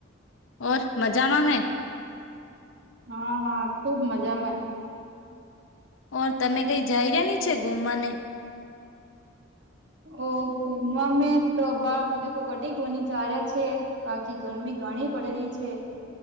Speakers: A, on the left (about 80°); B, on the right (about 65°).
A: ઔર મજામાં ને
B: હા ખુબ મજામાં
A: ઓર તમે કઈ જઈ રહ્યા નીચે ગુમવાને
B: ઓ ઘુમવા મે તો બાર તો ઘટીની ચ્યા છે કાકી ગરમી ઘણી પડેલી છે